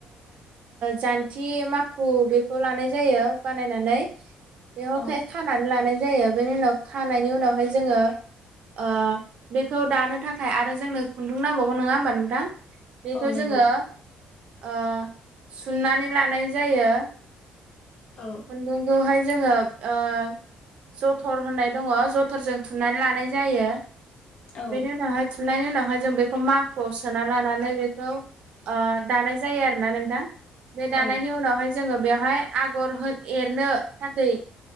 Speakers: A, on the right (about 60°); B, on the left (about 55°).
A: जान्थि माखु बेखौ लानाय जायो बानायनानै बेयावखाय
B: औ
A: खानानै लानाय जायो जायो बेनि उनाव खानायनि उनावहाय जोङो ओ बेखौ दानो थाखाय आरो जोंनो खुन्दुं नांबावगौ नङा होमबा नोंथां? बेखौ
B: औ नंगौ
A: जोङो ओ सुननानै लानाय जायो।
B: औ
A: खुनदुं खौहाय जोङो ओ जथर होननाय दङ जथ मटरजों थुननानै लानाय जायो
B: औ
A: बेेनि उनावहाय थुननायनि उनाव ओमाफाय जों बेखौ माखुआव सोना लानानै बेखौ ओ दानाय जायो आरोना नोंथां बे
B: औ
A: दानायनि उनावहाय जोङो बेवहाय आगर होन एरनो थाखाय